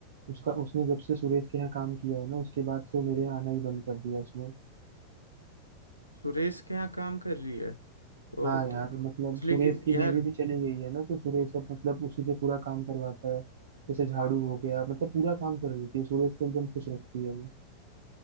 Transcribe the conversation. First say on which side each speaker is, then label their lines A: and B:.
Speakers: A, on the right; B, on the left.
A: उसका उसने जब से सुरेश के यहाँ काम किया है ना उसके बाद से वो मेरे यहाँ आना ही बंद कर दिया उसने
B: सुरेश के यहाँ काम कर रही है तो,
A: हाँ
B: तो
A: यार
B: तो
A: मतलब सुरेश
B: लेकिन
A: की बीवी
B: यार
A: भी चली गई है ना तो सुरेश अब मतलब उसी से पूरा काम करवाता है जैसे झाड़ू हो गया मतलब पूरा काम कर देती है सुरेश को एकदम खुश रखती है वो